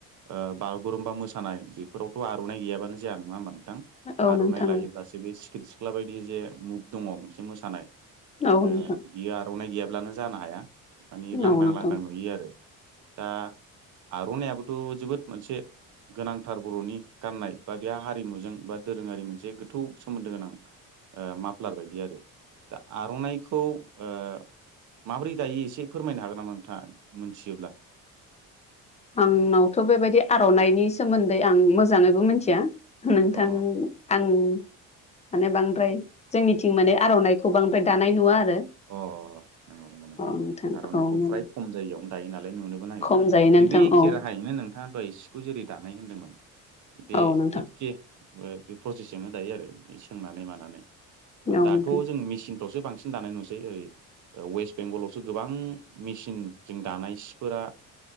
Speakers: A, on the right; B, on the left.
A: ओ बागुरुमबा मोसानाय बेफोरावथ' आर'नाइ गैयाबानो जाया नङा होमबा नोंथां?
B: औ
A: आर'नाइ
B: नोंथां
A: लायोब्लासो
B: औ
A: बे सिख्रि सिख्ला बायदि जे मु- दङ मोनसे मोसानाय
B: औ
A: ओ
B: नोंथां
A: इयो आर'नाइ गैयाब्लानो जानो हाया। मानि लांदां
B: औ नोंथां
A: लांदां नुयो आरो। दा आर'नाइबोथ' जोबोद मोनसे गोनांथार बर'नि गाननाय बा बे हारिमुजों बा दोरोङारि मोनसे गोथौ सोमोन्दो गोनां ओ माफ्लार बायदि आरो। दा आर'नाइखौ ओ- माब्रै दायो एसे फोरमायनो हागोन नामा नोंथाङा मोनथियोब्ला
B: आंनावथ' बेबायदि आर'नाइनि सोमोन्दै आं मोजाङैबो मिथिया नोंथां
A: अ
B: आं- माने बांद्राय जोंनिथिं माने आर'नाइखौ बांद्राय दानाय नुवा आरो
A: अ- अ- नोंथां
B: औ
A: आर'नाइखौ
B: औ माने
A: फ्राय खम जायगायावनो दायो नालाय नुनोबो नागिरा
B: खम जायो नोंथां
A: बेखेराहायैनो
B: औ
A: नोंथाङा दहाय सिखौ जेरै दानाय होन्दोंमोन बे
B: औ नोंथां
A: एखे ओ- बे नो दायो आरो सोंनानै मानानै
B: औ
A: दाथ'
B: नोंथां
A: जों मेसिनफ्रावसो बांसिन दानाय नुसै ओरै वेस्ट बेंगलावसो गोबां मेसिन जों दानाय सिफोरा